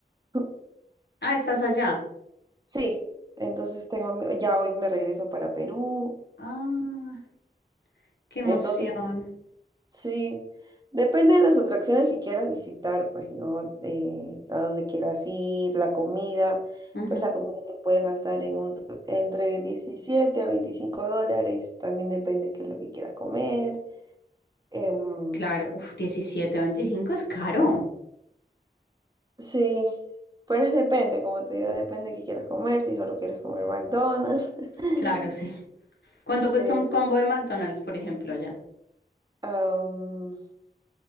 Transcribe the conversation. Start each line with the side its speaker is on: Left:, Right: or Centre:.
Right: <clears throat>
Left: Ah, estás allá.
Right: sí, entonces tengo ami- ya hoy me regreso para Perú.
Left: Ah, qué emoción.
Right: Entonces Sí, depende de las atracciones que quieras visitar, pues, ¿no? Eh, a dónde quieras ir, la comida,
Left: Ujú.
Right: pues la comida te puedes gastar en un, entre 17 a 25 dólares, también depende qué es lo que quieras comer. Em,
Left: Claro, uf, 17, 25 es caro.
Right: sí, pues depende, como te digo, depende qué quieras comer, si solo quieres comer McDonald's. <laughs>
Left: Claro, sí. ¿Cuánto cuesta
Right: Eh,
Left: un combo de McDonald's, por ejemplo, allá?
Right: am,